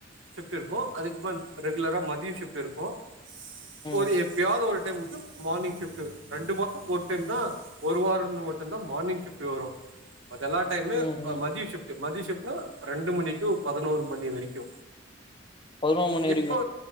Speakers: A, on the right; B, on the left.
A: ஷிப்ட் இருக்கு அதுக்கப்புற ரெகுலரா மதிய ஷிப்ட் இருக்கு ஒரு
B: ம்
A: எ ப்பயாவது ஒரு டைம் மட்டு மார்னிங் ஷிப்ட் ரெண்டு மாசத்துக்கு ஒரு டைம் தா ஒரு வாரம் மட்டும்தா மார்னிங் ஷிஃப்ட் வரு அதெல்லா டைம்மு
B: ம் ம்
A: மதிய ஷிப்ட் மதிய ஷிட்ப்னா ரெண்டு மணி டு பதினோரு மணி வரைக்கு
B: பதினோரு மணி வரைக்கு
A: இப்போ